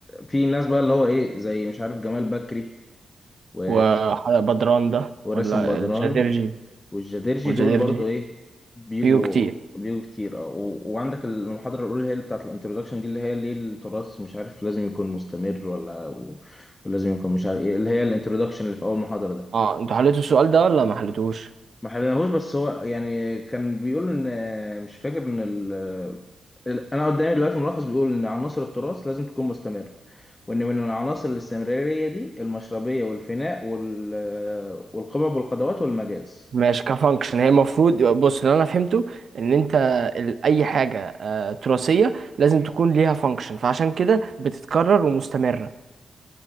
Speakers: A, on the left; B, on the right.
A: في ناس بقى اللي هو ايه زي مش عارف جمال بكري و
B: وبدران ده
A: وراسم
B: ولا
A: بدران
B: الجديرجي
A: والجديرجي
B: والجديرجي
A: دول برضو ايه بيجوا
B: فيه كتير
A: بيجوا كتير اه و... وعندك المحاضرة الأولى هي اللي بتاعت الانترودكشن دي اللي هي ليه التراث مش عارف لازم يكون مستمر ولا و... ولازم يكون مش عارف ايه اللي هي الانترودكشن اللي في أول محاضرة ده
B: اه انتوا حليتوا السؤال ده ولا ما حليتوش
A: ما حلناهوش بس هو يعني كان بيقول إن مش فاكر إن ال... ال... أنا قدامي دلوقتي ملخص بيقول إن عناصر التراث لازم تكون مستمرة وإن من عناصر الاستمرارية دي المشربية والفناء وال... والقبب والقدوات والمجاز
B: ماشي كفانكشن هي المفروض بص اللي انا فهمته ان انت ال- اي حاجة آه، تراثية لازم تكون ليها فانكشن فعشان كده بتتكرر ومستمرة